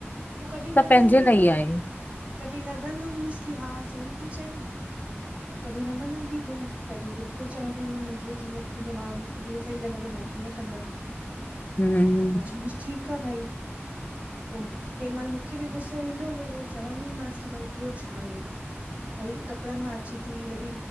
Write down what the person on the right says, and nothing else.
पोइ कॾहिं
मनंदी
हुई
कॾहिं लॻंदो हुयसि की हा सही थी चईं। ऐं कॾहिं न मनंदी हुई कॾहिं बिल्कुलु चवंदी हुई मुंहिंजो जीअं थींदो मां मूंखे जीअं सही लॻंदो मा तीअं कंदम।
मां चयमास ठीकु आ भाई। पोइ कंहिं महिल मूंखे बि गुस्सो ईंदो हुयो चवंदीमांसि की भई इहो छा आहे? भई कपिड़नि मां अची थी, वरी